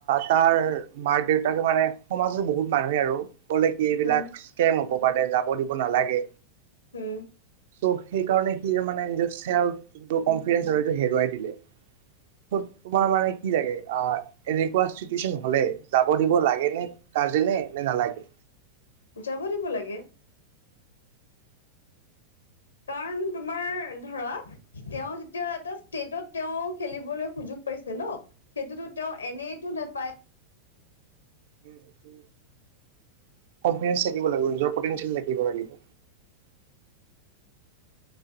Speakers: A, on the right (about 55°); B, on the left (about 70°).
A: তাৰ মাক দেউতাকে মানে সমাজৰ বহুত মানুহে আৰু ক'লে কি এইবিলাক
B: উম,
A: কেম হব পাৰে যাব দিব নালাগে
B: উম,
A: চ' সেইকাৰণে সি মানে নিজৰ যোনটো কনফিডেঞ্চ সেটো হেৰুৱাই দিলে তোমাৰ মানে কি লাগে আহ এনেকুৱা চিটুৱেচন হলে যাব দিব লাগে নে গাৰ্জেনে নে নালাগে?
B: যাব দিব লাগে। কাৰণ তোমাৰ ধৰা তেওঁ যেতিয়া এটা ষ্টেটত তেওঁ খেলিবলৈ সুযোগ পাইছে ন সেইটোতো তেওঁ এনেইতো নেপায়।
A: উমটো কনফিডেঞ্চ থাকিব লাগিব নিজৰ প্ৰটিন্সিয়েল থাকিব লাগিব।